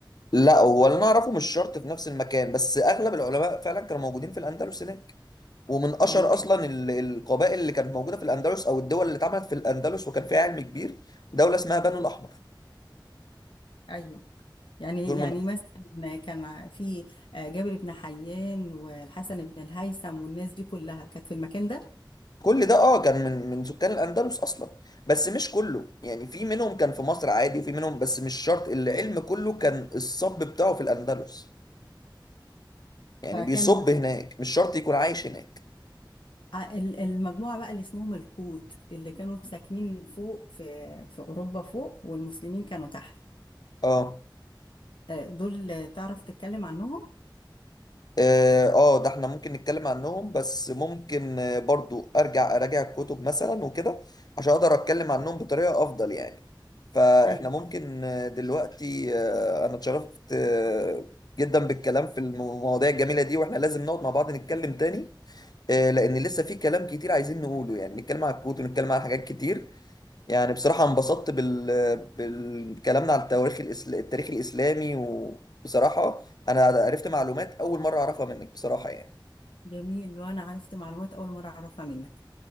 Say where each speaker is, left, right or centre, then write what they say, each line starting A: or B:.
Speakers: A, on the left; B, on the left.
A: لا هو اللي انا اعرفه مش شرط في نفس المكان بس اغلب العلماء فعلا كانوا موجودين في الاندلس هناك ومن اشهر
B: يعني
A: اصلا ال- القبائل اللي كانت موجوده في الاندلس او الدول اللي اتعملت في الاندلس وكان فيها علم كبير دوله اسمها بنو الاحمر
B: أيوه يعني
A: دول
B: يعني
A: من
B: مثلا كان في آه، جابر بن حيان والحسن بن الهيثم والناس دي كلها كانت في المكان ده
A: كل ده اه كان من من سكان الاندلس اصلا بس مش كله يعني في منهم كان في مصر عادي وفي منهم بس مش شرط العلم كله كان الصب بتاعه في الاندلس يعني
B: فكان
A: بيصب هناك مش شرط يكون عايش هناك
B: ع- ال- المجموعة بقى اللي اسمهم القوت اللي كانوا ساكنين فوق في في أوروبا فوق والمسلمين كانوا تحت
A: اه
B: آه، دول آه، تعرف تتكلم عنهم؟
A: اه آه، ده احنا ممكن نتكلم عنهم بس ممكن آه، برضو ارجع اراجع الكتب مثلا وكده عشان اقدر اتكلم عنهم بطريقة افضل يعني فاحنا
B: أيوه
A: ممكن آه، دلوقتي آه، انا اتشرفت آه، جدا بالكلام في المواضيع الجميلة دي واحنا لازم نقعد مع بعض نتكلم تاني آه، لان لسه في كلام كتير عايزين نقوله يعني نتكلم عن الكوت ونتكلم عن حاجات كتير يعني بصراحة انبسطت بال... بالكلامنا على التواريخ الإسل... التاريخ الإسلامي وبصراحة أنا عرفت معلومات أول مرة أعرفها منك بصراحة يعني
B: جميل وأنا عرفت معلومات أول مرة أعرفها منك